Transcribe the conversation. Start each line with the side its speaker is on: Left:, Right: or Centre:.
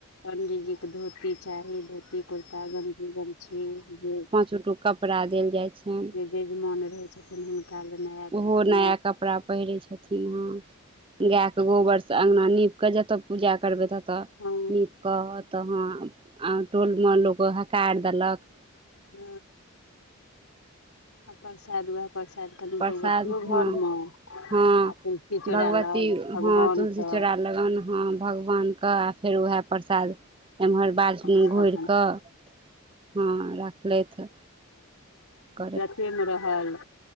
Left: पण्डीजी के धोती चाही धोती कुर्ता गंजी गमछी जे
Right: छोटो कपड़ा देल जाय छै।
Left: यजिमाने रहै छथिन हु। काल्हि नया। धोती
Right: ओहो नया कपड़ा पहिरै छथिन, हँ। गाय के गोबरसँ अंगना नीप कऽ जतऽ पूजा करबै तऽ
Left: आ
Right: नीप कऽ तऽ ह टोलमे लोक हकारि देलक।
Left: ह, आ प्रसाद व‌एह। प्रसाद कनि
Right: प्रसाद
Left: भगवतियो
Right: हँ
Left: घर मे।
Right: हँ
Left: आ तुलसी चोरैयल
Right: भगवती
Left: भगवान
Right: हँ तुलसी
Left: क
Right: चौड़ा लगन ह भगवान कऽ आ फेर उएह प्रसाद एम्हर बाज। हू,
Left: सभ
Right: घोर कऽ हँ राखलथि करत।
Left: सेम रहल।